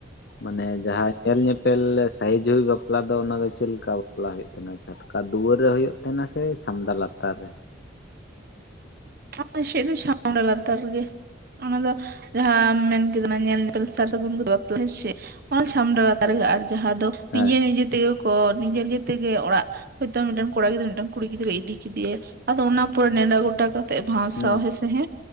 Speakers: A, on the left; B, on the right.
A: ᱢᱟᱱᱮ ᱡᱟᱦᱟᱸ ᱧᱮᱞ ᱧᱮᱯᱮᱞ ᱥᱟᱦᱤ ᱡᱩᱦᱤ ᱵᱟᱯᱞᱟ ᱫᱚ ᱚᱱᱟ ᱫᱚ ᱪᱮᱫ ᱞᱮᱠᱟ ᱵᱟᱯᱞᱟ ᱦᱩᱭᱩᱜ-ᱟ? ᱛᱟᱦᱮᱱᱟ ᱪᱷᱟᱴᱠᱟ ᱫᱩᱣᱟᱹᱨ ᱨᱮ ᱦᱩᱭᱩᱜ ᱛᱟᱦᱮᱱᱟ ᱥᱮ ᱪᱷᱟᱢᱰᱟ ᱞᱟᱛᱟᱨ ᱨᱮ?
B: ᱟᱞᱮ ᱥᱮᱫ ᱫᱚ ᱪᱷᱟᱢᱰᱟ ᱞᱟᱛᱟᱨ ᱨᱮ ᱜᱮ, ᱚᱱᱟ ᱫᱚ ᱡᱟᱦᱟᱸ ᱢᱮᱱ ᱠᱮᱫᱟ ᱧᱮᱞ ᱧᱮᱯᱮᱞ ᱥᱟᱨ ᱥᱟᱹᱜᱩᱱ ᱠᱟᱛᱮ ᱵᱟᱯᱞᱟ ᱦᱮᱥᱮ ᱚᱱᱟ ᱥᱟᱢᱰᱟ ᱞᱟᱛᱟᱨ ᱨᱮᱜᱮ ᱟᱨ ᱡᱟᱦᱟᱸ ᱫᱚ
A: ᱦᱮᱸ
B: ᱱᱤᱡᱮ ᱱᱤᱡᱮ ᱛᱮᱜᱮ ᱠᱚ ᱱᱤᱡᱮ ᱱᱤᱡᱮ ᱛᱮᱜᱮ ᱚᱲᱟᱜ ᱦᱚᱭ ᱛᱚ ᱢᱤᱫᱴᱟᱝ ᱠᱚᱲᱟ ᱜᱤᱫᱽᱨᱟᱹ ᱢᱤᱫᱴᱮᱱ ᱠᱩᱲᱤ ᱜᱤᱫᱽᱨᱟᱹ ᱤᱫᱤ ᱠᱮᱫᱮᱭᱟ ᱟᱫᱚ ᱚᱱᱟ ᱯᱚᱨᱮ ᱱᱮᱰᱟ ᱜᱚᱴᱟ ᱠᱚ ᱛᱮᱫ ᱵᱷᱟᱣᱥᱟᱣ
A: ᱦᱩᱸ
B: ᱦᱮᱸ ᱥᱮ ᱦᱮᱸ